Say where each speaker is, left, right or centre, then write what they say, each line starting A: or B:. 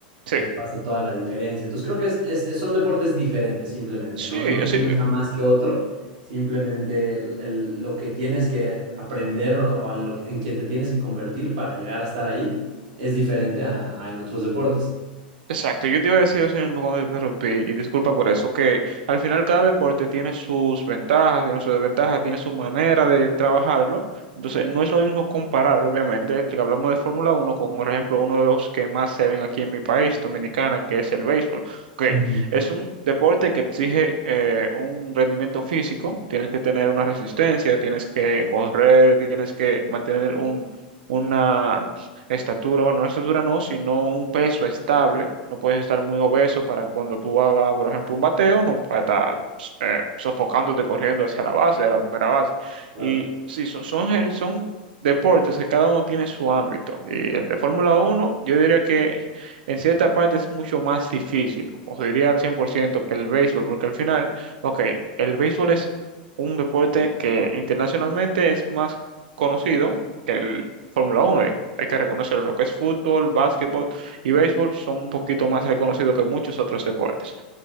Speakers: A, on the right (about 80°); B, on the right (about 60°).
A: Sí,
B: Y eso hace toda la diferencia. Entonces creo que es, es- es- son deportes diferentes simplemente,
A: sí,
B: ¿no? No que
A: sí,
B: uno sea más que otro, simplemente el- el- lo que tienes que aprender o, o en, lo, en quien te tienes que convertir para llegar a estar ahí es diferente a, a en otros deportes.
A: Exacto, yo te iba a decir eso mismo cuando te interrumpí, y disculpa por eso, que al final cada deporte tiene sus ventajas, tiene sus desventajas, tiene su manera de trabajarlo, entonces no es lo mismo comparar, obviamente, el que hablamos de Fórmula Uno con, por ejemplo, uno de los que más se ven aquí en mi país, Dominicana, que es el béisbol. Ok,
B: Mm,
A: es un deporte que exige eh, un rendimiento físico, tienes que tener una resistencia, tienes que correr, tienes que mantener un... una estatura, bueno, no estatura no, sino un peso estable. No puedes estar muy obeso para cuando tú hagas, por ejemplo, un bateo, no para estar eh, sofocándote corriendo hacia la base, a la primera base.
B: claro.
A: Y sí, son, son, el- son deportes que cada uno tiene su ámbito. Y el de Fórmula uno yo diría que en cierta parte es mucho más difícil, os diría al 100% que el béisbol, porque al final, ok, el béisbol es un deporte que internacionalmente es más conocido que el Fórmula uno hay que reconocerlo, lo que es fútbol, básquetbol y béisbol son un poquito más reconocidos que muchos otros deportes.